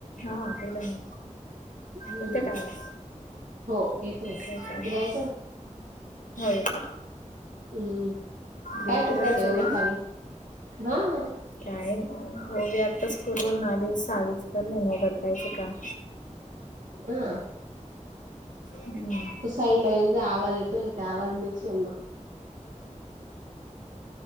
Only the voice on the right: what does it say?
हम्म,
हो येतोय
तुला याचंय.
हम्म
काय करतात ते ओविसावी
हा हा.
ह.
तू साईड ला येऊन जे, आवाज येतोय त्या आवाज मिक्स होन मग.